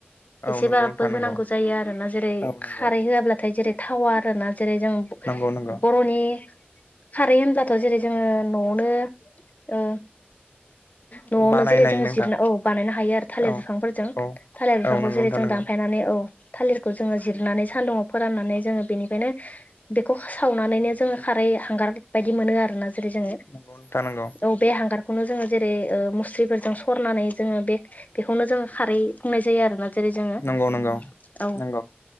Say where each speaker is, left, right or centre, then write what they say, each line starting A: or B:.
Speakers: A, on the left (about 85°); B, on the left (about 40°).
A: औ
B: एसेबबो
A: नंगौ नोंथां नंगौ
B: होनांगौ जायो आरोना जेरै
A: औ नंगौ
B: खारै होआब्लाथाय जेरै। थावा आरोना जेरै जों
A: नंगौ नंगौ
B: बर'नि। खारै होनब्लाथ' जेरै जोङो न'आवनो ओ। न'आवनो
A: बानायनो
B: जेरै
A: हायो
B: जों
A: नोंथां
B: जिरनो औ बानायनो हायो आरो थालिर
A: औ
B: बिफांफोरजों
A: औ
B: थालिर बिफांखौ
A: औ नंगौ
B: जेरै
A: नोंथां
B: जों
A: नंगौ
B: दानफ। थायनानै औ। थालिरखौ जोङो जिरनानै सान्दुं फोराननानै जोङो बेनिखायनो बेखौ सावनानैनो जोङो खार। हांगार बायदि मोनो आरोना जेरै जो
A: नंगौ नोंथां नंगौ
B: औ बे हांगार। खौनो जोङो जेरै ओ मुस्रिफोरजों सरनानै जोङो बे बेखौनो जों खारै बुंनाय जायो आरोना। जेरै जोङो
A: नंगौ नंगौ
B: औ
A: नंगौ